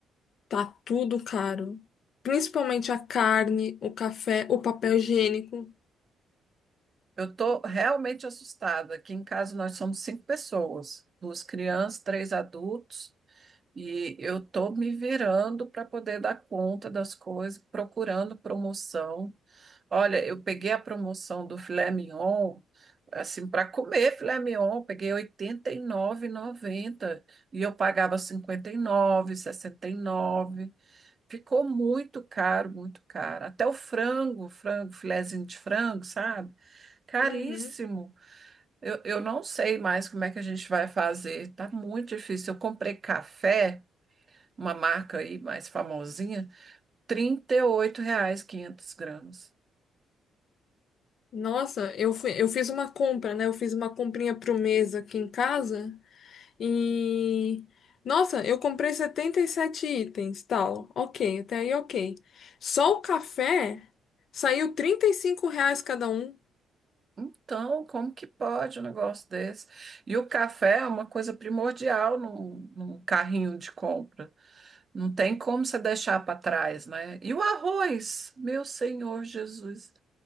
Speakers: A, on the left; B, on the right.
A: tá tudo caro. Principalmente a carne, o café, o papel higiênico.
B: Eu tô realmente assustada. Aqui em casa nós somos cinco pessoas, duas crianças, três adultos, e eu tô me virando para poder dar conta das coisas, procurando promoção. Olha, eu peguei a promoção do filé mignon, assim, para comer filé mignon, eu peguei R$ 89,90 e noventa e eu pagava R$ 59,69. Ficou muito caro, muito caro. Até o frango, frango, filezinho de frango, sabe? Caríssimo.
A: Uhum.
B: Eu, eu não sei mais como é que a gente vai fazer. Tá muito difícil. Eu comprei café, uma marca aí mais famosinha, 38 reais 500 gramas.
A: Nossa, eu fui, eu fiz uma compra, né? Eu fiz uma comprinha pro mês aqui em casa e nossa, eu comprei 77 itens, tal. Ok, até aí ok. Só o café saiu 35 reais cada um.
B: Então, como que pode um negócio desse? E o café é uma coisa primordial num, num carrinho de compra Não tem como você deixar para trás, né? E o arroz, meu Senhor Jesus,